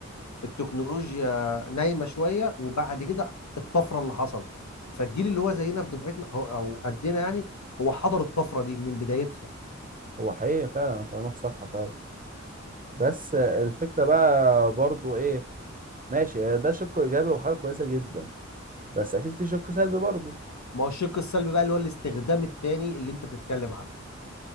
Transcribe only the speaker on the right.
هو حقيقي فعلا كلامك صح فعلا بس آه، الفكرة بقى برضو ايه ماشي ده شق ايجابي وحاجة كويسة جدا بس اكيد في شق سلبي برضو